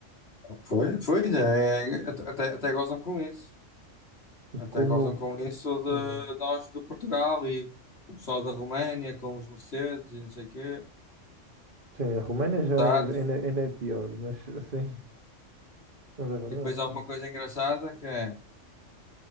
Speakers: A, on the left (about 55°); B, on the right (about 45°).
A: Foi, foi, é, até, até até gozam com isso.
B: De
A: Até
B: Como,
A: gozam com isso de
B: exato.
A: nós de Portugal e o pessoal da Roménia com os Mercedes e não sei o quê.
B: Sim, a Roménia já
A: Exato.
B: é, ainda, ainda é pior, mas <laughs> sim, mas é verdade,
A: E depois há
B: sim.
A: uma coisa engraçada que é